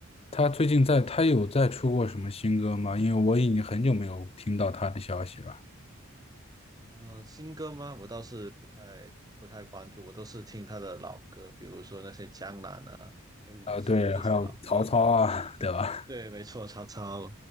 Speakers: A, on the left; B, on the right.
A: 他最近在，他有在出过什么新歌吗？因为我已经很久没有听到他的消息了。
B: 呃，新歌吗？我倒是不太不太关注，我都是听他的老歌，比如说那些《江南》啊、《黑武士》啊这些老歌。
A: 啊、呃对，还有曹操啊，对吧？
B: 对，没错，曹操。